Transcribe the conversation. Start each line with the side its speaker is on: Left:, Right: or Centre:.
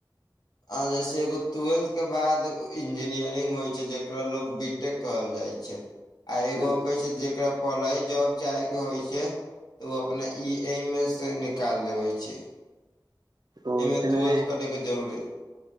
Left: आ जइसे एगो टुवेल्थ के बाद इंजीनियरिंग होइ छै जकरा लोक बी टेक कहल जाइ छै आ एगो
Right: हूं
Left: कहै छै जेकरा पहलही जॉब चाहे के होइ छै तऽ ओ अपना ई एहिमे सँ निकाल लेबै छै
Right: ओ
Left: एहिमे
Right: तमे
Left: ट्वेल्थ करे के जरूरी